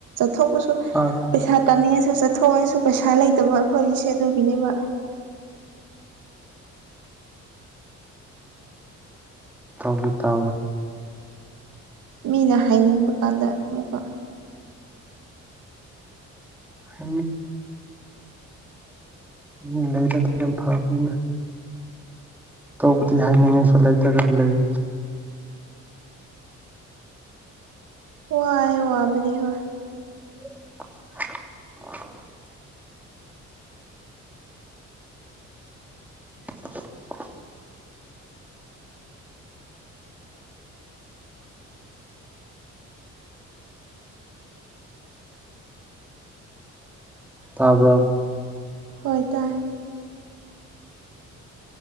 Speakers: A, on the right; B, in the centre.
A: ꯊꯧꯕꯁꯨ
B: ꯑꯥ
A: ꯄꯩꯁꯥ ꯇꯥꯅꯤꯡꯉ ꯁꯁꯨ ꯆꯠꯊꯣꯛꯑꯣꯅꯁꯨ ꯄꯩꯁꯥ ꯂꯩꯇꯕ ꯑꯩꯈꯣꯏꯒꯤꯁꯦ ꯑꯗꯨꯒꯤꯅꯦꯕ
B: ꯎꯝ ꯇ
A: ꯃꯤꯅ ꯍꯥꯏꯅꯤꯡꯕ ꯀꯥꯟꯗ ꯑꯃꯨꯛꯀ
B: ꯍ ꯎꯝ ꯂꯩꯔꯗꯤ ꯌꯥꯝ ꯐꯕꯅꯤꯅꯦ ꯇꯧꯕꯗꯤ ꯍꯥꯏꯅꯤꯡꯉꯥꯏꯁꯨ ꯂꯩꯇꯒ ꯂꯩ
A: ꯋꯥ ꯋꯥ ꯋꯥꯕꯔꯤ ꯍꯣꯏ
B: <inaudible> <inaudible> ꯇꯥꯔꯕ
A: ꯍꯣꯏ ꯇ